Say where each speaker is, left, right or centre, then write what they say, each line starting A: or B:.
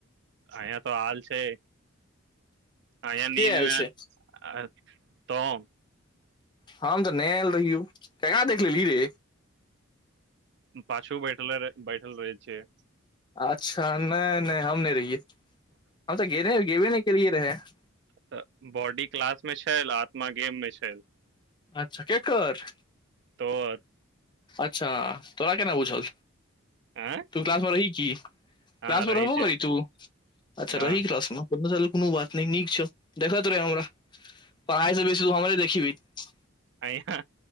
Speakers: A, on the right (about 55°); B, on the left (about 20°).
A: अंया त आएल छै अंया नींद
B: के आयल
A: नै
B: छै
A: आ- तौँ
B: हम त नै आएल रहियौ केना देख- ले लिहीं रे
A: पाछु बैठले रह बैठल रहै छियै
B: अच्छा ने ने हम नहि रहिये हम त गेने गेबै नहि केलिए र हा <inaudible>
A: त बॉडी क्लास मे छेल आत्मा गेम मे छेल
B: अच्छा केकर
A: तोहर
B: अच्छा तोरा केना बुझहल
A: आँ
B: तु क्लास मे रहि की क्लास
A: हँ
B: मे
A: रहै
B: रहबो
A: छै
B: करि तु अच्छा
A: हँ
B: रहि क्लास मे बुझल कोनो बात नहि नीक छौ देखैत रह हमरा पढ़ाई सँ बेसी तु हमरे देखबिहीं हूँ
A: अहिया